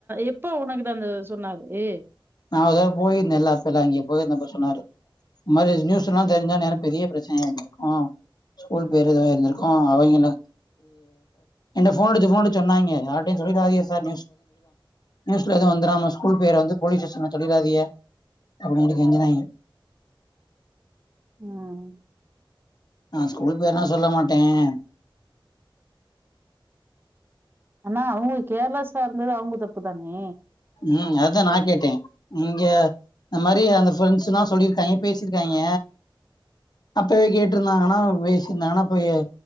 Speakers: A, on the right; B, on the left.
A: எப்போ உன்னகிட்ட அந்த சொன்னாரு ஏ
B: நான் ஒரு தடவ போயிருந்தேன்ல்ல அப்பல்லாம் அங்க போயிருந்தேன்ப்ப சொன்னாரு இந்த மாதிரி நியூஸ் எல்லாம்
A: ம்
B: தெரிஞ்சா இன்ன பெரிய பிரச்சனை ஆயிடும் ஆஹ் ஸ்கூல் பேர் வந்திருக்கு அவங்க சொன்னாங்க பிரச்சனை ஆயிடும் ஸ்கூல் பெயர் வந்திருக்கு என்கிட்ட போன் அடிச்சு அடிச்சு சொன்னாங்க நீ யார்கிட்டயும் சொல்லிடாதீங்க சார் நியூஸ்ல எவும் வந்துரு ஸ்கூல் பேர் வந்து போலீஸ் ஸ்டேஷன்ல்ல சொல்லிடாதீங்க அப்படினு கெஞ்சினாங்க
A: உஹம்
B: நா ஸ்கூல் பேரெல்லா சொல்ல மாட்டேன்
A: ஆனா அவங்க கேரளா சார் இது அவங்க தப்பு தானே
B: உம் அதுதான் நான் கேட்டேன் இங்க இந்த மாதிரி அந்த ப்ரெண்ட்ஸ்ல்லாம் சொல்லிருக்காங்க பேசிருக்காங்க அப்பவே கேட்டிருந்தாங்கன்னா பேசிருந்தாங்கன்னா அப்ப